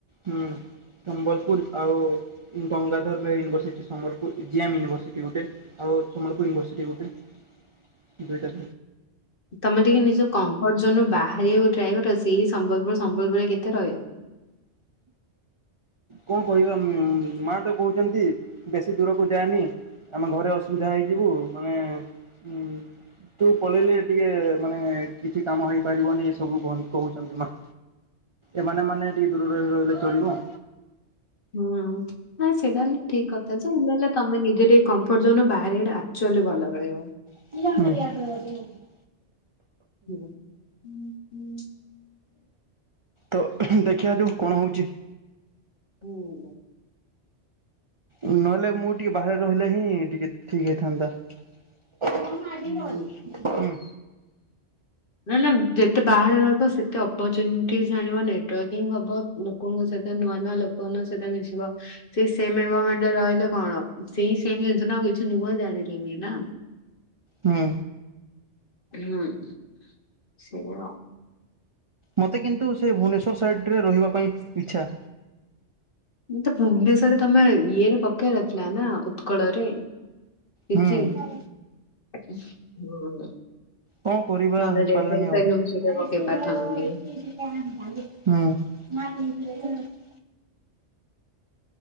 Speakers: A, on the right (about 40°); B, on the left (about 50°).
A: ହୁଁ ସମ୍ବଲପୁର ଆଉ Gangadhar Meher university Sambalpur, GM university ଗୋଟେ। ଆଉ ସମ୍ବଲପୁର ୟନିଭାର୍ସିଟି ଗୋଟେ, କିନ୍ତୁ ଏଇଟା
B: ତମେ ଟିକେ ନିଜ କମ୍ ଯୋଉନ ବାହାରିବାକୁ ଟ୍ରାଏ କର ସେଇ ସମ୍ବଲପୁର ସମ୍ବଲପୁରରେ କେତେ ରହିବ? <inaudible>
A: କଣ କହିବା ମୁଁ ମାଆ ତ କହୁଛନ୍ତି ବେଶୀ ଦୂରକୁ ଯାଆନି। ଆମେ ଘରେ ଅସୁବିଧା ହେଇଯିବୁ, ମାନେ ଉଁ ତୁ ପଳେଇଲେ ଟିକେ ମାନେ କିଛି କାମ ହେଇପାରିବନି ଏ ସବୁ କହନ କହୁଛନ୍ତି ମା। ଏମାନେ ମାନେ ଟିକେ ଦୂରରେ ରହିଗଲେ ଚଳିବ।
B: ହୁଁ ହଁ ସେଇଟା ହେଲେ ଠିକ କଥା ଯେ ହେଲେ-ହେଲେ ତମେ ନିଜେ ଟିକେ କମଫୋର୍ଟ ଜୋନ୍ ବାହାରେଟା ଆକଚୁଆଲି ଭଲ ରହିବ।
A: କି <inaudible>
B: ହୁଁ <unintelligible>
A: ତ ଦେଖିବା ଯୋଉ କଣ ହଉଛି?
B: ହୁଁ।
A: ନହେଲେ ମୁଁ ଟିକେ ବାହାରେ ରହିଲେ ହିଁ ଟିକେ ଠିକ୍ ହେଇଥାନ୍ତା। <unintelligible>
B: ହୁଁ।
A: <unintelligible> ହୁଁ।
B: ନା-ନା ଯେତେ ବାହାରେ ରହିବ ସେତେ ଅପରଚୁନିଟି ଆଣିବ ନେଟୱର୍କିଙ୍ଗ ହବ। ଲୋକଙ୍କ ସହିତ ନୂଆ-ନୂଆ ଲୋକମାନଙ୍କ ସହିତ ମିଶିବ। ସେ ସେମ୍ ଏନଭାରର୍ମେଣ୍ଟ ରହିଲେ କଣ ସେଇ ସେ ଜିନିଷଟା ଆଉ କିଛି ନୁଆ ଜାଣିଲିନି ନା?
A: ହୁଁ।
B: ହୁଁ ସେଇଆ ଆଉ।
A: ମୋତେ କିନ୍ତୁ ସେ ଭୁବନେଶ୍ୱର ସାଇଡ଼ରେ ରହିବା ପାଇଁ ଇଚ୍ଛା।
B: ତ ଭୁବନେଶରରେ ତମେ ଇଏରେ ପକେଇଆର ଥିଲା ନା ଉତ୍କଳ ରେ। ପିଜି
A: ହୁଁ
B: ଆକ୍ ହୁଁ।
A: କଣ କରିବା
B: ନହେଲେ
A: ହେଇପାରିଲାନି
B: ରେଭେନ୍ସା
A: ଆଉ?
B: ୟୁନିଭର୍ସିଟିରେ
A: <unintelligible>
B: ପକେଇ ପାରିଥାନ୍ତ କି।
A: ହଁ। <unintelligible>